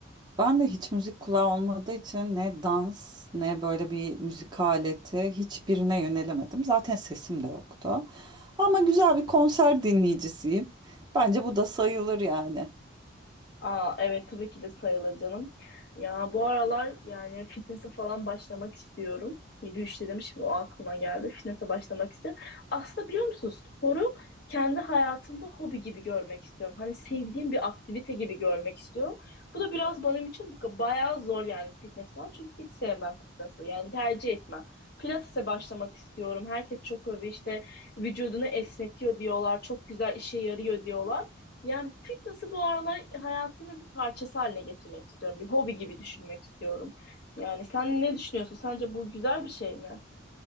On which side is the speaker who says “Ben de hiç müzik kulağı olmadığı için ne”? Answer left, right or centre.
Right